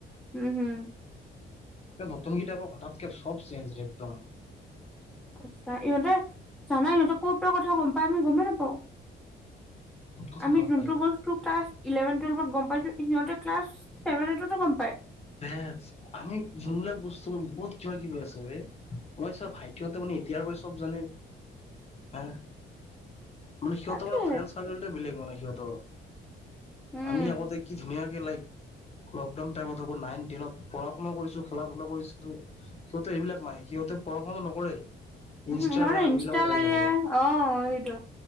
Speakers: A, in the centre; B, on the left.
A: উম হম
B: নতুনকিটা আকৌ হঠাৎকে চব চেঞ্জ একদম
A: আচ্ছা ইহঁতে জানা ইহঁতে ক'ৰ পৰা কথা গম পাই আমি গমেই নাপাও
B: বহুত কথা
A: আমি
B: গম
A: যোনটো
B: পাই সিহঁতে
A: বস্তু ক্লাছ ইলেভেন টোৱেলভত গম পাইছো সিহঁতে ক্লাছ ছেভেনটতো গম পায়।
B: বচ আমি যোনবিলাক বস্তু বুজ্ত বহুত কিবা কিবি আছে বে। মই চা ভাইটিহতে মানে এতিয়াৰ পৰাই চব জানে হা। মানে সিহতৰ
A: তাকে
B: মানে ফ্ৰেণ্ড চাৰ্কেলটোয়ে বেলেগ মানে। সিঁহতৰ।
A: উম
B: আমি আগতে কি ধুনীয়া লক লকডাউন টাইমত। নাইন টেনত পঢ়া শুনা কৰিছো খেলা ধূলা কৰিছো সিহঁতে এইবিলাক নাই সিহঁতে পঢ়া শুনা নকৰে। ইনষ্টাগ্ৰাম
A: উম ম ইনষ্টা
B: এইবিলাকত লাগি
A: লাগে
B: থাকে।
A: অ সেইটো